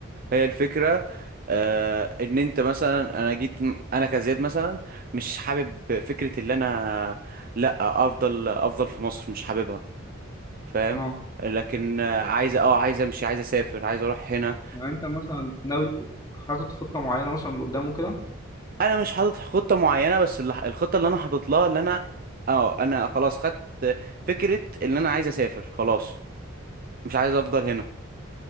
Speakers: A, on the right (about 45°); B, on the left (about 20°).
A: هي الفكرة آه ان انت مثلا انا جيت انا كزياد مثلا مش حابب فكرة اللي انا لا افضل افضل في مصر مش حاببها فاهم
B: اه
A: لكن آه، عايز اه عايز امشي عايز اسافر عايز اروح هنا
B: يعني انت مثلا ناوي حاطط خطة معينة مثلا قدامه كده
A: انا مش حاطط خطه معينه بس اللي- الخطه اللي انا حاطط لها اللي انا اه انا خلاص خدت فكره ان انا عايز اسافر خلاص مش عايز افضل هنا